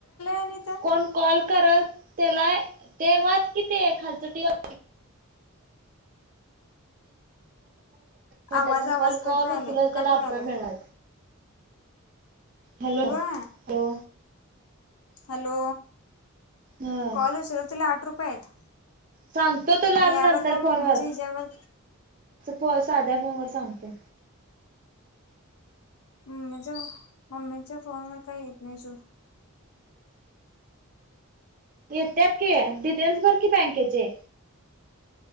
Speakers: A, on the left; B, on the right.
A: आणि तर
B: कोण कॉल करत त्याला ते वाच किती खालच कल मिनट
A: आवाज
B: आणि
A: आवाज
B: कॉल
A: कट
B: कॉल
A: व्हायले
B: उचलल त्याला
A: कट
B: अठवाय
A: व्हायले
B: मिळणार हॅलो
A: वा
B: हॅलो
A: हॅलो
B: हा
A: कॉल होशल तिला आठ रुपये आहेत
B: सांगतो तुला
A: मग
B: नंतर
A: यावर काय मम्मीच्या
B: फोन
A: हिच्यावर
B: व साध्या फोन वर सांगते
A: मम्मीच्या मम्मीच्या फोनवरर काही येत नाही सर
B: येत्यात की डिटेल्स बर की बँकेचे